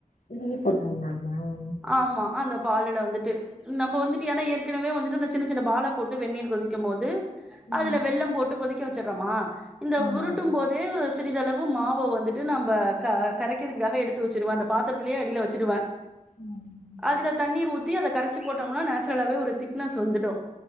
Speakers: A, on the left; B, in the centre.
A: திருகி போட்டுருவிங்களாங்க
B: ஆமா அந்த பாலுல வந்துட்டு நம்ப வந்துட்டு ஏன்னா ஏற்கனவே வந்துட்டு அந்த சின்ன சின்ன பாலா போட்டு வெந்நீர் கொதிக்கும் போது அதுல
A: ம்
B: வெள்ளம் போட்டு கொதிக்க வெச்சிர்றமா இந்த
A: ஆமா
B: உருட்டும் போட் டு சிறிதளவு மாவ வந்துட்டு நம்ப க கரைக்கிறதுக்காக எடுத்து வச்சிருவே அந்த பாத்தரத்துலயே அடில வச்சிடுவே
A: ம்
B: அதுல தண்ணீர் ஊத்தி அத கரைச்சி போட்டோம்னா நேச்சுரலாவே ஒரு திக்னஸ் வந்துடு